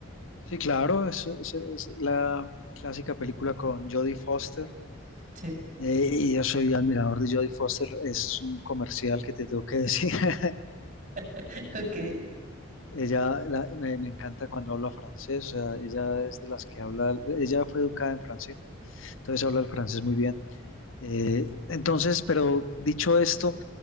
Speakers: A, on the left; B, on the right.
A: sí, claro, es, es- es la clásica película con Jodie Foster.
B: Sí.
A: eh, y yo soy admirador de Jodie Foster, es un comercial que te tengo que decir. <laughs>
B: <laughs> Ok.
A: Ella la- me, me encanta cuando habla francés, o sea, ella es de las que habla, ella fue educada en Francia, entonces habla el francés muy bien. Eh, entonces, pero dicho esto,